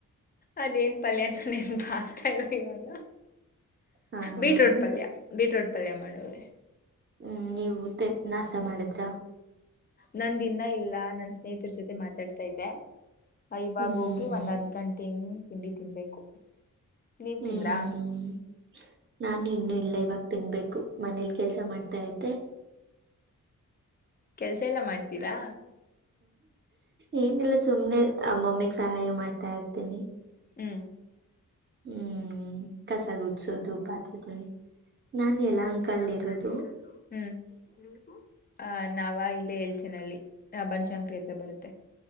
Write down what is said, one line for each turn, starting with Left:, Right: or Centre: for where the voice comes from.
Left: ಅದೇನ್ ಪಲ್ಯ ಅಂತ ನೆನಪಾಗ್ತಾ ಇಲ್ಲ. ಇವಾಗ
Right: ಹ
Left: ಬೀಟ್ರೂಟ್ ಪಲ್ಯ ಬೀಟ್ರೂಟ್ ಪಲ್ಯ ಮಾಡವ್ರೆ.
Right: ಹ್ಮ್ ನೀವು ಮತ್ತೆ ನಾಷ್ಟ ಮಾಡಿದ್ರ.
Left: ನಂದ್ ಇನ್ನ ಇಲ್ಲ ನನ್ ಸ್ನೇಹಿತರ ಜೊತೆ ಮಾತಾಡ್ತಾ ಇದ್ದೆ. ಇವಾಗ
Right: ಹ್ಮ್
Left: ಹೋಗಿ ಒಂದ್ ಹದ್ ಗಂಟೆ ಹಂಗೆ ತಿಂಡಿ ತಿನ್ಬೇಕು. ನೀವು
Right: ಹ್ಮ್
Left: ತಿಂದ್ರಾ.
Right: ನಾನು ಇನ್ನು ಇಲ್ಲ ಇವಾಗ ತಿನ್ಬೇಕು ಮನೇಲಿ ಕೆಲ್ಸ ಮಾಡ್ತಾ ಇದ್ದೆ.
Left: ಕೆಲ್ಸ ಎಲ್ಲಾ ಮಾಡ್ತೀರಾ.
Right: ಏನ್ರೀ ಸುಮ್ನೆ ಆ ಮಮ್ಮಿಗ್ ಸಹಾಯ ಮಾಡ್ತಾ ಇರ್ತೀನಿ.
Left: ಹ್ಮ್
Right: ಹ್ಮ್ ಕಸ ಗುಡ್ಸೋದು ಪಾತ್ರೆ ತೊಳಿ ನಾನ್ ಯಲಹಂಕಲ್ಲಿ
Left: ನಾನು ಯಲಹಂಕದಲ್ಲಿರೋದು
Right: ಇರೋದು
Left: ನೀವು ನಾವ ಇಲ್ಲಿ. ಎಲ್ಚೇನ್ ಹಳ್ಳಿ ಬನಶಂಕರಿ ಹತ್ರ ಬರುತ್ತೆ.